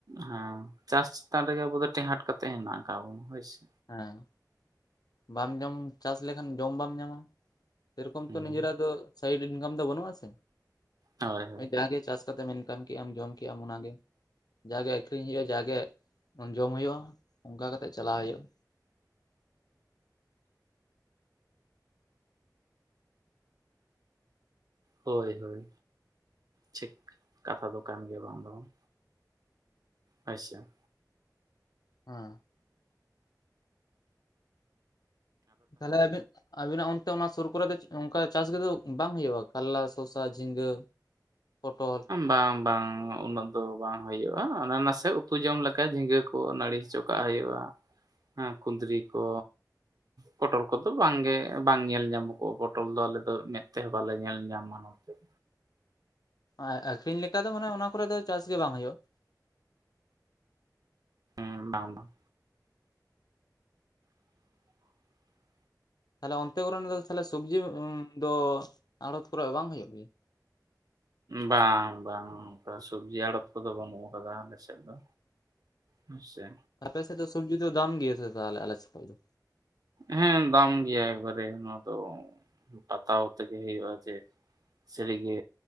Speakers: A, on the right; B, on the left.
A: ᱦᱮᱸ ᱪᱟᱥ ᱪᱮᱛᱟᱱ ᱨᱮᱜᱮ ᱟᱵᱚ ᱫᱚ ᱴᱮᱦᱟᱸᱴ ᱠᱟᱛᱮᱜ ᱦᱮᱱᱟᱜ ᱟᱠᱟᱜ ᱵᱚᱱ ᱦᱳᱭᱥᱮ᱾
B: ᱦᱮᱸ ᱵᱟᱢ ᱡᱚᱢ ᱪᱟᱥ ᱞᱮᱠᱷᱟᱱ ᱡᱚᱢ ᱵᱟᱢ ᱧᱟᱢᱟ᱾ ᱥᱮᱨᱚᱠᱚᱢ
A: ᱦᱮᱸ
B: ᱛᱚ ᱱᱤᱡᱮᱨᱟᱜ ᱫᱚ ᱥᱟᱭᱤᱰ ᱤᱱᱠᱟᱢ ᱫᱚ ᱵᱟᱹᱱᱩᱜ ᱟᱥᱮ
A: ᱦᱳᱭ ᱦᱳᱭ
B: ᱡᱟᱜᱮ ᱪᱟᱥ ᱠᱟᱛᱮᱢ ᱤᱱᱠᱟᱢ ᱠᱮᱫᱼᱟᱢ ᱡᱚᱢ ᱠᱮᱫ ᱟᱢ ᱚᱱᱟᱜᱮ᱾ ᱡᱟᱜᱮ ᱟᱠᱷᱨᱤᱧ ᱦᱳᱭᱳᱼᱟ ᱡᱟᱜᱮ ᱡᱚᱢ ᱦᱳᱭᱳᱜᱼᱟ ᱚᱱᱠᱟ ᱠᱟᱛᱮᱜ ᱪᱟᱞᱟᱜ ᱦᱳᱭᱳᱼᱟ।
A: ᱦᱳᱭ ᱦᱳᱭ ᱴᱷᱤᱠ ᱠᱟᱛᱷᱟ ᱫᱚ ᱠᱟᱱ ᱜᱮᱭᱟ ᱵᱟᱝ ᱫᱚ ᱵᱟᱝ। ᱟᱪᱪᱷᱟ।
B: ᱦᱮᱸ ᱛᱟᱦᱚᱞᱮ ᱟᱹᱵᱤᱱ ᱟᱵᱤᱱᱟᱜ ᱚᱱᱛᱮ ᱚᱱᱟ ᱥᱩᱨ ᱠᱚᱨᱮ ᱫᱚ ᱚᱱᱠᱟ ᱪᱟᱥ ᱠᱚᱫᱚ ᱵᱟᱝ ᱦᱩᱭᱩᱜᱼᱟ ᱠᱟᱨᱞᱟ ᱥᱚᱥᱟ ᱡᱷᱤᱸᱜᱟᱹ? ᱯᱷᱴᱳᱞ
A: ᱵᱟᱝ ᱵᱟᱝ ᱩᱱᱟᱹᱜ ᱫᱚ ᱵᱟᱝ ᱦᱩᱭᱩᱜᱼᱟ ᱚᱱᱮ ᱱᱟᱥᱮ ᱩᱛᱩ ᱡᱚᱢ ᱞᱮᱠᱟ ᱡᱷᱤᱸᱜᱟᱹ ᱠᱚ ᱱᱟᱹᱲᱤ ᱦᱚᱪᱚ ᱠᱟᱜ ᱦᱩᱭᱩᱜᱼᱟ ᱠᱩᱫᱽᱨᱤ ᱠᱚ। ᱯᱚᱴᱚᱞ ᱠᱚᱫᱚ ᱵᱟᱝᱜᱮ ᱵᱟᱝ ᱧᱮᱞ ᱧᱟᱢᱚᱜᱚᱜᱼᱟ ᱯᱚᱴᱚᱞ ᱫᱚ ᱟᱞᱮ ᱫᱚ ᱢᱮᱫ ᱛᱮᱦᱚᱸ ᱵᱟᱞᱮ ᱧᱮᱞ ᱧᱟᱢᱟ ᱱᱚᱛᱮ।
B: ᱟᱨ ᱟᱠᱠᱷᱨᱤᱧ ᱞᱮᱠᱟ ᱫᱚ ᱢᱟᱱᱮ ᱚᱱᱟ ᱠᱚᱨᱮ ᱫᱚ ᱪᱟᱥ ᱜᱮ ᱵᱟᱝ ᱦᱩᱭᱩᱜᱼᱟ?
A: ᱦᱩᱸ, ᱵᱟᱝ ᱵᱟᱝ। <unintelligible>
B: ᱛᱟᱦᱚᱞᱮ ᱚᱱᱛᱮ ᱠᱚᱨᱮ ᱫᱚ ᱛᱟᱦᱞᱮ ᱥᱚᱵᱡᱤ ᱫᱚ ᱟᱲᱚᱛ ᱠᱚᱨᱮ ᱵᱟᱝ ᱦᱩᱭᱩᱜ ᱜᱮ?
A: ᱵᱟᱝ ᱵᱟᱝ ᱚᱱᱠᱟ ᱥᱚᱵᱡᱤ ᱟᱲᱚᱛ ᱠᱚᱫᱚ ᱵᱟᱹᱱᱩᱜ ᱟᱠᱟᱫᱟ ᱟᱞᱮᱥᱮᱫ ᱫᱚ। ᱟᱪᱪᱷᱟ,
B: ᱟᱯᱮ ᱥᱮᱫ ᱫᱚ ᱥᱚᱵᱽᱡᱤ ᱫᱚ ᱫᱟᱢ ᱜᱮᱭᱟ ᱥᱮ ᱛᱟᱦᱮᱞᱮ ᱟᱞᱮ ᱥᱮᱫ ᱠᱷᱚᱡ ᱫᱚ,
A: ᱦᱮᱸ ᱫᱟᱢ ᱜᱮᱭᱟ ᱮᱠᱵᱟᱨᱮ ᱱᱚᱣᱟ ᱫᱚ ᱵᱟᱛᱟᱣ ᱛᱮᱜᱮ ᱦᱩᱭᱩᱜᱼᱟ, ᱡᱮ ᱥᱟᱹᱨᱤᱜᱮ